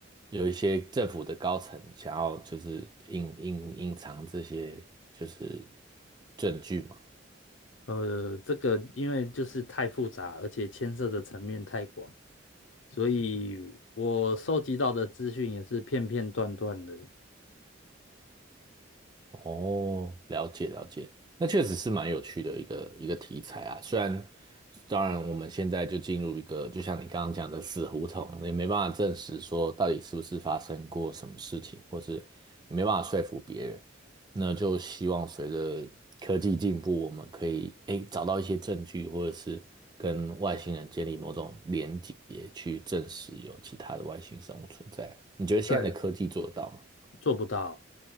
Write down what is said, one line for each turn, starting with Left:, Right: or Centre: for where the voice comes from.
Right: 有一些政府的高层想要就是隐隐隐藏这些就是证据嘛。
Left: 呃，这个因为就是太复杂，而且牵涉的层面太广，所以我收集到的资讯也是片片段段的，
Right: 哦，了解了解，那确实是蛮有趣的一个一个题材啊。虽然，当然我们现在就进入一个，就像你刚刚讲的死胡同，也没办法证实说到底是不是发生过什么事情，或是也没办法说服别人。那就希望随着科技进步，我们可以诶找到一些证据，或者是跟外星人建立某种连结，去证实有其他的外星生物存在。你觉得现在的科技做得到吗？
Left: 对，做不到。